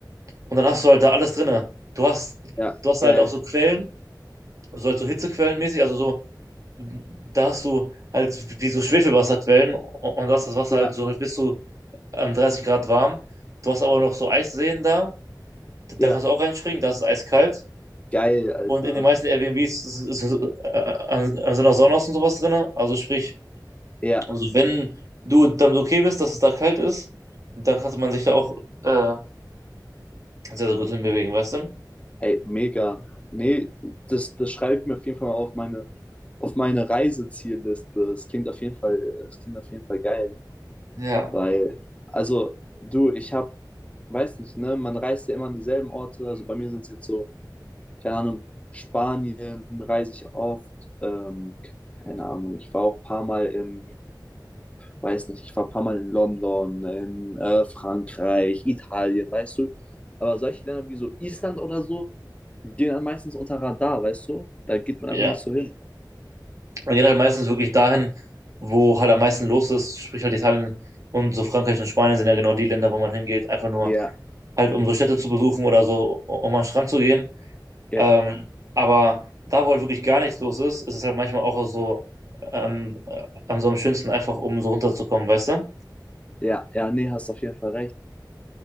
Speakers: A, on the right (about 45°); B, on the left (about 15°).
A: Und dann hast du halt da alles drinne. Du hast,
B: ja,
A: du hast halt
B: geil.
A: auch so Quellen, so halt so Hitzequellenmäßig, also so, da hast du halt wie so Schwefelwasserquellen und, und das, das Wasser
B: Ja,
A: halt so halt bis zu ähm, 30 Grad warm. Du hast aber noch so Eisseen da, da
B: ja,
A: kannst du auch reinspringen, da ist es eiskalt.
B: geil, Alter.
A: Und in den meisten Airbnbs ist, ist, ist, äh, sind auch Saunas und sowas drin. Also sprich,
B: Ja,
A: also wenn du damit okay bist, dass es da kalt ist, dann kann man sich da auch äh, sehr, sehr gut hinbewegen, weißt du?
B: ey, mega. Nee, das, das schreibe ich mir auf jeden Fall mal auf meine, auf meine Reisezielliste. das klingt auf jeden Fall, das klingt auf jeden Fall geil.
A: Ja.
B: Weil, also, du, ich habe, weiß nicht, ne, man reist ja immer an dieselben Orte. Also bei mir sind es jetzt so, keine Ahnung, Spanien reise ich oft. Ähm, keine Ahnung, ich war auch ein paar Mal in, weiß nicht, ich war ein paar Mal in London, in äh, Frankreich, Italien, weißt du. Aber solche Länder wie so Island oder so, die gehen dann meistens unter Radar, weißt du? Da geht man
A: Ja.
B: einfach nicht so hin.
A: Man geht halt meistens wirklich dahin, wo halt am meisten los ist, sprich halt Italien und so Frankreich und Spanien sind ja genau die Länder, wo man hingeht, einfach nur
B: Ja,
A: halt um so Städte zu besuchen oder so, um an den Strand zu gehen.
B: ja,
A: Ähm, aber da, wo halt wirklich gar nichts los ist, ist es halt manchmal auch so ähm, äh, an so am schönsten einfach, um so runterzukommen, weißt du?
B: ja, ja, nee, hast auf jeden Fall recht.